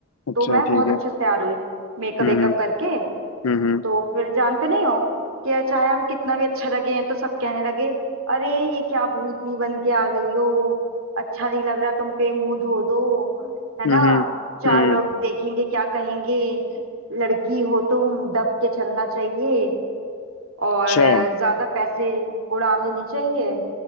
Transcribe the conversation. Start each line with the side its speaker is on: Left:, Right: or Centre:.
Left: अच्छा
Right: तो मैं
Left: ठीक
Right: बहुत
Left: है
Right: अच्छे से तैयार हुई मेकअप
Left: हम्म
Right: वेकअप करके
Left: हम्म हम्म
Right: तो फिर जानते नहीं हो कि चाहे हम कितना भी अच्छा लगे हैं तो सब कहने लगे अरे ये क्या भूतनी बन के आ गई हो अच्छा नहीं लग रहा तुम पे मुंह धो दो है
Left: हम्म
Right: ना
Left: हम्म
Right: चार
Left: हम्म,
Right: लोग देखेंगे क्या कहेंगे लड़की हो तुम दब के चलना चाहिए और
Left: अच्छा
Right: अ, ज्यादा पैसे उड़ाने नहीं चाहिए